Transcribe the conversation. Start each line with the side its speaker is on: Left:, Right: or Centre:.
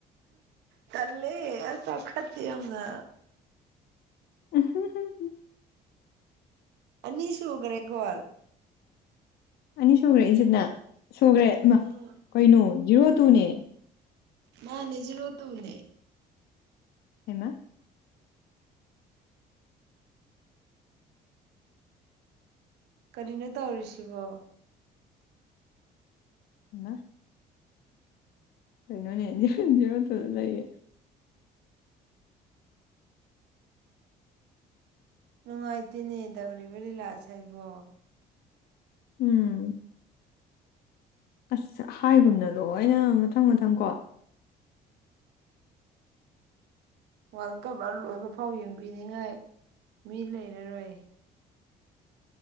Right: ꯇꯜꯂꯦ ꯆꯥꯎꯈꯠꯇꯤꯌꯦ ꯌꯥꯝꯅ
Left: INAUDIBLE
Right: ꯑꯅꯤꯁꯨꯨꯒ꯭ꯔꯦꯒꯣꯜ
Left: ꯑꯅꯤ ꯁꯨꯒ꯭ꯔꯦ ꯏꯖꯤꯞꯅ ꯁꯨꯒ꯭ꯔꯦ ꯑꯃꯥ
Right: ꯎꯝ
Left: ꯀꯩꯅꯣ ꯖꯤꯔꯣ ꯇꯨꯅꯦ
Right: ꯃꯥꯅꯤ ꯖꯤꯔꯣ ꯇꯨꯅꯦ
Left: ꯍꯩꯃꯥ
Right: ꯀꯔꯤꯅꯣꯇꯧꯔꯤꯁꯤꯕꯣ
Left: ꯃꯥꯑꯥ ꯀꯩꯅꯣꯅꯦ ꯖꯤꯔꯣꯇꯨꯗ ꯂꯩꯌꯦ
Right: ꯅꯨꯡꯉꯥꯏꯇꯦꯅꯦ ꯇꯧꯔꯤꯕ ꯂꯤꯂꯥꯁꯦ ꯑꯩꯕꯣ
Left: ꯎꯪꯎꯪ ꯑꯥꯁ ꯍꯥꯏꯒꯨꯝꯅ ꯂꯣꯏꯅꯥ ꯃꯊꯪ-ꯃꯊꯪꯀꯣ
Right: ꯋꯥꯔꯜ ꯀꯞ ꯑꯥ ꯂꯣꯏꯕꯐꯥꯎ ꯌꯦꯡꯕꯤꯅꯤꯉꯥꯏ ꯃꯤ ꯂꯩꯔꯔꯣꯏꯌꯦ